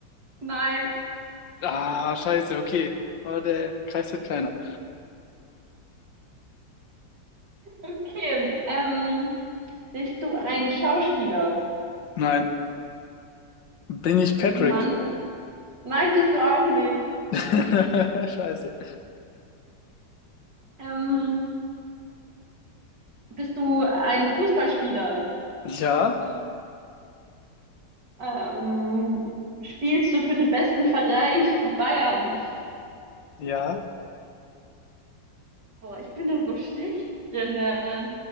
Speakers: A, on the right; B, on the left.
A: Nein.
B: Ah, scheiße, okay. Aber der Kreis wird kleiner.
A: Okay. Ähm, bist du ein Schauspieler?
B: Nein. Bin ich Patrick?
A: Manu. Nein, bist du auch nicht.
B: <laughs> Scheiße.
A: Ähm, bist du ein Fußballspieler?
B: Ja,
A: Ähm, spielst du für den besten Verein <laughs> Bayerns?
B: Ja,
A: Boah, ich bin da so schlecht drin. Ähm,